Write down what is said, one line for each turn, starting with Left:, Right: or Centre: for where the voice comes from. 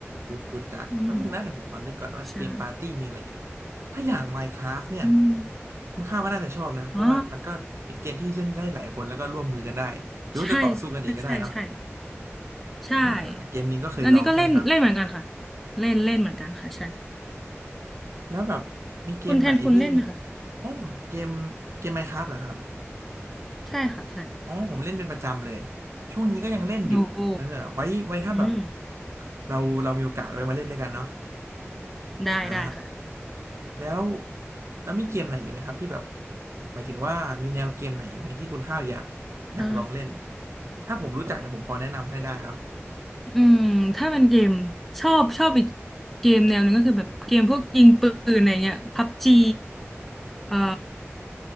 Right: Good Good Duck
Centre: อืม
Right: แล้วมึงนะเดี๋ยวผมขอนึกก่อนว่าเกมปาร์ตี้มีอะไรอีก
Centre: ใช่
Right: ถ้าอย่าง Minecraft เนี่ย
Centre: อืม
Right: คุณข้าวก็น่าจะชอบนะเพราะว่ามันก็เป็นเกมที่เล่นได้หลายคนแล้วก็ร่วมมือกันได้หรือว่าจะต่อสู้กันเองก็ได้เนาะ
Centre: อ๋อใช่ใช่ใช่ใช่ ใช่
Right: อ่าเกมนี้ก็เคยลองใช่ไหมครับ
Centre: อันนี้ก็เล่นเล่นเหมือนกันค่ะเล่นเล่นเหมือนกันค่ะใช่
Right: แล้วแบบมีเกมไหนที่
Centre: คุณแทนคุณเล่นไหมคะ
Right: อ๋อเกมเกม Minecraft เหรอครับ
Centre: ใช่ค่ะใช่
Right: อ๋อผมเล่นเป็นประจำเลยช่วงนี้ก็ยังเล่นอยู่เออไว้ไว้ถ้าแบบ
Centre: โอ้โหอืม
Right: เราเรามีโอกาสไว้มาเล่นด้วยกันเนาะ
Centre: ได้ได้ค่ะ
Right: อ่าแล้วแล้วมีเกมไหนอีกไหมครับที่แบบหมายถึงว่ามีแนวเกมไหนอีกไหมที่คุณข้าวอยากอยากลองเล่น
Centre: อ่า
Right: ถ้าผมรู้จักเดี๋ยวผมพอแนะนำให้ได้ครับ
Centre: อืมถ้าเป็นเกมชอบชอบอีกเกมแนวหนึงก็คือแบบเกมพวกยิงปืนอะไรเงี้ยพับจีเอ่อ